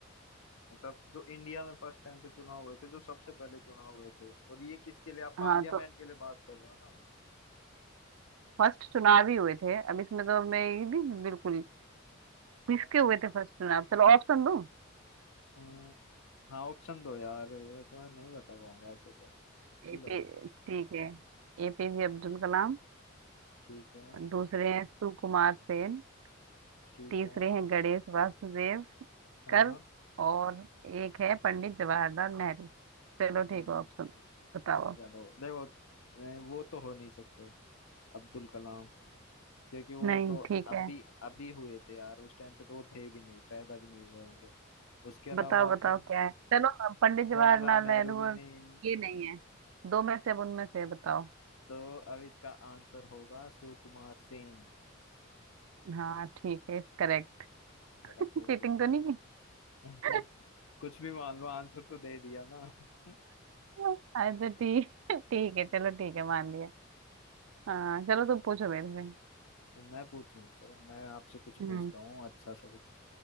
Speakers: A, on the left; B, on the right.
A: मतलब जो इंडिया में फर्स्ट टाइम पे चुनाव हुए थे जो सबसे पहले चुनाव हुए थे और ये किसके लिए आप
B: हाँ
A: पार्लियामेंट
B: तो
A: के लिए बात कर रहे हो ना
B: फर्स्ट चुनाव ही हुए थे अब इसमें तो मैं ये भी बिल्कुल
A: हाँ
B: किसके हुए थे फर्स्ट चुनाव चलो ऑप्शन दूं
A: हम्म, हाँ ऑप्शन दो यार ये तो मैं नहीं बता पाऊंगा ऐसे तो मुश्किल
B: एपी
A: हो गया
B: ठीक है एपीजे अब्दुल कलाम
A: ठीक है
B: दूसरे हैं सुकुमार सेन
A: ठीक
B: तीसरे
A: है
B: हैं गणेश वासुदेव
A: हाँ
B: कर और एक है पंडित जवाहरलाल नेहरू चलो
A: हम्म,
B: ठीक है ऑप्शन बताओ
A: चलो देखो ए, वो तो हो नहीं सकते अब्दुल कलाम क्योंकि वो
B: नहीं
A: तो
B: ठीक
A: अभी
B: है
A: अभी हुए थे यार उस टाइम पे तो वो थे भी नहीं पैदा भी नहीं हुए होंगे उसके अलावा
B: बताओ बताओ
A: फिर
B: क्या है चलो अब पंडित जवाहरलाल
A: जवाहरलाल
B: नेहरू
A: नेहरू भी
B: और
A: नहीं है
B: ये नहीं है दो में से अब उनमें से बताओ
A: तो अब इसका आंसर होगा सुकुमार सेन
B: हाँ ठीक है करेक्ट
A: करेक्ट
B: चीटिंग
A: बोल दिया
B: तो नहीं की
A: ना
B: <laughs>
A: <laughs> कुछ भी मान लो आंसर तो दे दिया ना <laughs>
B: अच्छा ठीक ठीक है चलो ठीक है मान लिया हाँ चलो तुम पूछो मेरे से
A: मैं पूछूं चलो मैं आपसे कुछ
B: हम्म
A: पूछता हूँ अच्छा सा कुछ